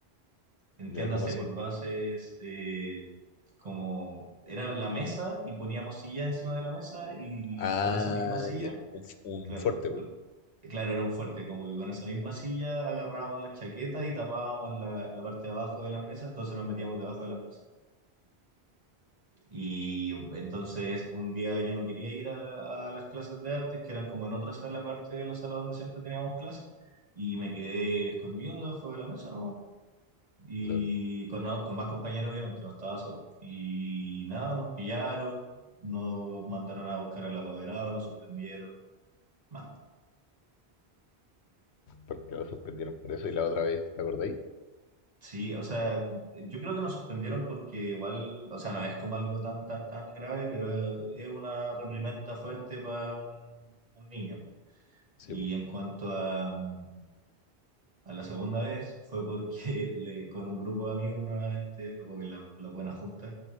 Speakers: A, on the right (about 40°); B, on the left (about 85°).
A: Entiéndase
B: ¿Ya cómo así?
A: por bases eh, como era la mesa y poníamos silla encima de la mesa y
B: Ah,
A: con esa misma silla,
B: ya. Un, f- un
A: claro,
B: fuerte bu.
A: con- claro, era un fuerte, como que con esa misma silla agarrábamos la chaqueta y tapábamos la, la parte de abajo de la mesa, entonces nos metíamos debajo de la mesa. Y entonces un día yo no quería ir a, a las clases de artes, que eran como en otra sala aparte de la sala donde siempre teníamos clases, y me quedé escondido debajo de la mesa, ¿no? y
B: Lol.
A: con, o- con más compañeros, obviamente, no estaba solo. Y nada, nos pillaron, nos mandaron a buscar al apoderado, nos suspendieron. Mal.
B: Porque lo suspendieron por eso y la otra vez, ¿te acordáis?
A: Sí, o sea, yo creo que nos suspendieron porque igual, o sea, no es como algo tan, tan, tan grave, pero es es una reprimenda fuerte para un, un niño.
B: Sí,
A: Y
B: bu.
A: en cuanto a, mm, A la segunda vez fue porque <laughs> le, con un grupo de amigos nuevamente, o en la, la buena junta,